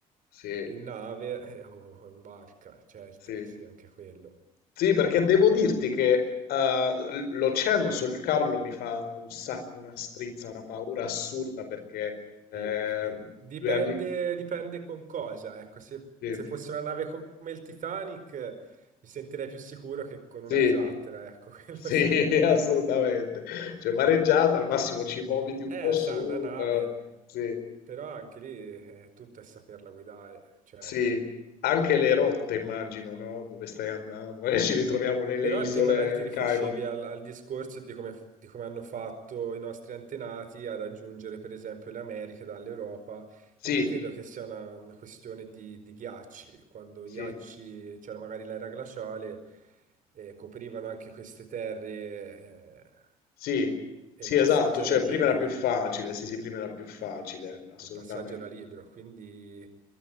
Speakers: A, on the left; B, on the right.
A: sì,
B: in nave eh, o in barca, certo,
A: sì.
B: sì, anche quello.
A: Sì, perché devo dirti che eh, l- l'oceano sul Carlo mi fa un sacco una strizza, una paura assurda perché eh,
B: Sì, sì. Dipende,
A: due anni...
B: dipende con cosa. Ecco, se,
A: Sì,
B: se fosse una nave come il Titanic, eh, mi sentirei più sicuro che con una
A: sì,
B: zattera, ecco, <laughs> quello
A: sì,
B: sì.
A: <laughs> assolutamente. Cioè, mareggiata, al massimo ci vomiti un
B: Eh,
A: po' su,
B: sai, una nave,
A: però... Sì.
B: però anche lì eh, tutto è saperla guidare, certo.
A: Sì, anche le rotte immagino, no? Dove stai andando? Eh, ci ritroviamo nelle
B: Però
A: isole
B: a te magari ti rifaccevi
A: Cayman.
B: al, al discorso di come, di come hanno fatto i nostri antenati a raggiungere per esempio le Americhe dall'Europa e
A: Sì,
B: lì credo che sia una, una questione di, di ghiacci, quando
A: sì,
B: i ghiacci, c'era magari l'era glaciale, eh, coprivano anche queste terre
A: sì,
B: eh, e
A: sì,
B: il passaggio
A: esatto, cioè
B: era libero,
A: prima era più facile, sì, sì, prima era più facile, assolutamente.
B: il passaggio era libero, quindi